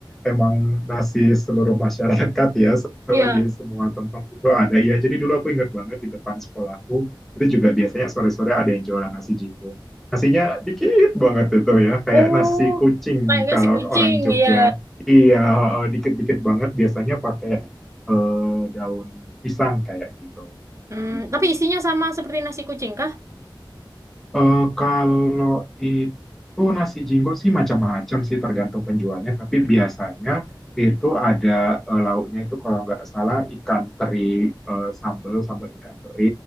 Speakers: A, in the centre; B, on the right.
A: emang nasi seluruh masyarakat ya, so,
B: iya.
A: di semua tempat itu ada. Ya, jadi dulu aku ingat banget di depan sekolahku, itu juga biasanya sore-sore ada yang jualan nasi jinggo. Nasinya dikit banget itu ya, kayak
B: Oh,
A: nasi kucing
B: kayak nasi
A: kalau
B: kucing,
A: orang Jogja.
B: ya.
A: Iya, dikit-dikit banget biasanya pakai eh, daun pisang kayak gitu.
B: Hmm,
A: Gitu.
B: tapi isinya sama seperti nasi kucing, kah?
A: Eh, kalau itu nasi jinggo sih macam-macam sih tergantung penjualnya, tapi biasanya itu ada eh, lauknya itu kalau nggak salah ikan teri eh, sambal sambal ikan teri,